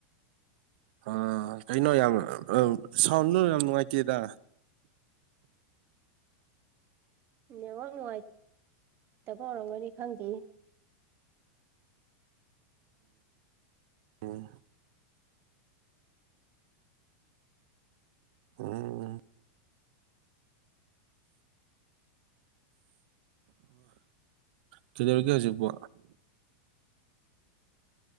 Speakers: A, on the right (about 60°); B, on the right (about 30°).
A: ꯑ ꯀꯩꯅꯣ ꯌꯥꯝ ꯁꯥꯎꯟꯗꯨ ꯌꯥꯝ ꯅꯨꯡꯉꯥꯏꯇꯦꯗ
B: ꯅꯦꯠꯋꯥꯛ ꯅꯨꯡꯉꯥꯏꯇꯕ ꯑꯣꯏꯔꯝꯒꯅꯤ ꯈꯪꯗꯤꯌ‌ꯦ
A: ꯑꯣ ꯑꯣ ꯀꯩꯗꯧꯔꯤꯒꯦ ꯍꯧꯖꯤꯛꯄꯣ